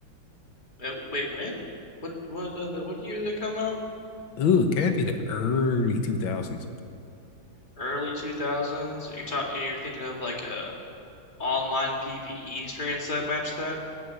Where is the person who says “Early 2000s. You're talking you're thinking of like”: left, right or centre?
Left